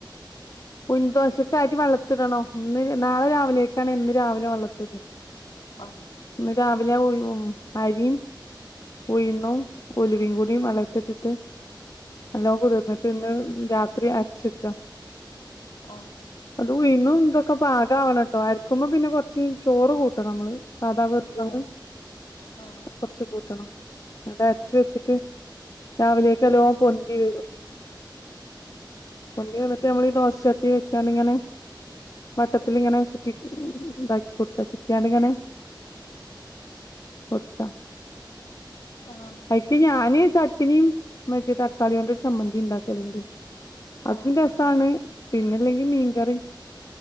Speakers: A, on the left (about 45°); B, on the left (about 75°).
A: ഉഴുന്ന്ദോശക്കരി വെള്ളത്തിയിടണം ഇന്ന് നാളെ രാവിലെക്കണേ ഇന്ന് രാവിലെ വെള്ളത്തി ഇടണോ
B: ആ
A: ഇന്ന് രാവിലെ ഉഴി അരീം ഉഴിന്നും ഉലുവയും കൂടി വെള്ളത്തിലിട്ടിട്ട് എല്ലാം കുതിർന്നിട്ട് ഇന്ന് രാത്രി അരച്ച് വെക്ക
B: ആ
A: ഉഴിന്നും ഇതൊക്കെ പാകാവണട്ടോ അരക്കുമ്പോ പിന്നെ കൊറച്ച് ചോറ് കൂട്ടണം ഞമ്മള് സാധാ വെറുംചോറ്
B: ആഹ് ആഹ്
A: കുറച്ച് കൂട്ടണം. അങ്ങട് അരച്ച് വെച്ചിട്ട് രാവിലെയൊക്കെ ലോ പൊന്തി വരും. പൊന്തിവന്ന ട്ട് നമ്മള് ഈ ദോശക്ക് വച്ചാണിങ്ങനെ വട്ടത്തിലിങ്ങനെ ചുറ്റി ഇണ്ടാക്കി കൊടുക്ക ചുറ്റിയാണിങ്ങനെ കൊടുക്ക
B: ആഹ്
A: അയിക്ക് ഞാന് ചട്ടിനിയും മറ്റേ തക്കാളികൊണ്ട് ഒരു ചമ്മന്തി ഇണ്ടാക്കല്ണ്ട്. അതും
B: ആഹ്
A: രസാണ്. പിന്നെല്ലെങ്കിൽ മീൻകറി